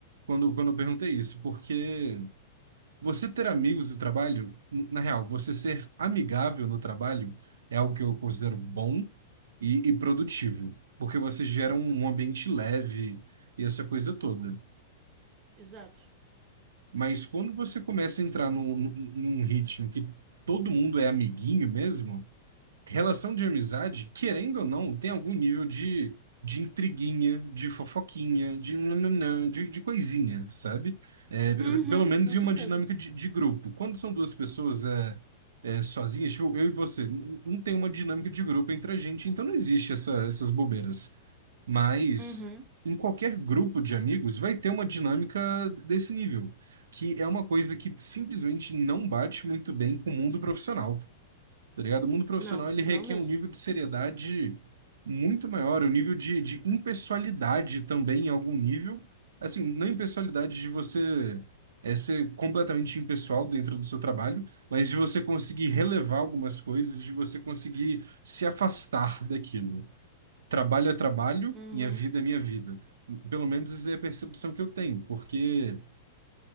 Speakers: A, on the right; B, on the right.
A: quando, quando eu perguntei isso, porque você ter amigos no trabalho, n- na real, você ser amigável no trabalho é algo que eu considero bom e, e produtivo, porque você gera um, um ambiente leve e essa coisa toda.
B: Exato.
A: Mas quando você começa a entrar num, num num ritmo que todo mundo é amiguinho mesmo, relação de amizade, querendo ou não, tem algum nível de, de intriguinha, de fofoquinha, de, nananã, de, de coisinha, sabe? É, p-
B: Uhum,
A: pelo menos
B: com
A: em
B: certeza.
A: uma dinâmica de, de grupo. Quando são duas pessoas é, é, sozinhas, tipo, eu e você, n- não tem uma dinâmica de grupo entre a gente, então não existe essa- essas bobeiras. Mas
B: Uhum.
A: em qualquer grupo de amigos vai ter uma dinâmica desse nível, que é uma coisa que simplesmente não bate muito bem com o mundo profissional. Tá ligado? O mundo profissional
B: Não,
A: ele
B: não
A: requer
B: mesmo.
A: um nível de seriedade muito maior, um nível de, de impessoalidade também em algum nível. Assim, não é impessoalidade de você é, ser completamente impessoal dentro do seu trabalho, mas de você conseguir relevar algumas coisas, de você conseguir se afastar daquilo. Trabalho é trabalho,
B: Uhum.
A: minha vida é minha vida. Pelo menos é a percepção que eu tenho, porque